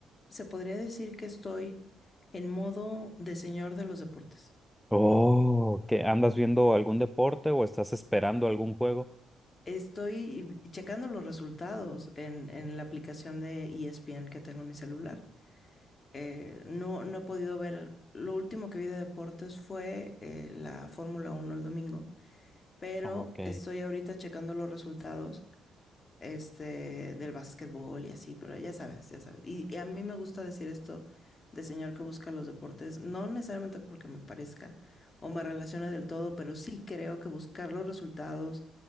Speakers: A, on the left (about 35°); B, in the centre.
A: se podría decir que estoy en modo de señor de los deportes.
B: Oh, ¿qué andas viendo algún deporte o estás esperando algún juego?
A: Estoy checando los resultados en, en la aplicación de ESPN que tengo en mi celular. Eh, no, no he podido ver, lo último que vi de deportes fue eh, la Fórmula Uno el domingo, pero
B: Ok.
A: estoy ahorita checando los resultados. este, del básquetbol y así, pero ya sabes, ya sabes. Y, y a mí me gusta decir esto de señor que busca los deportes, no necesariamente porque me parezca o me relacione del todo, pero sí creo que buscar los resultados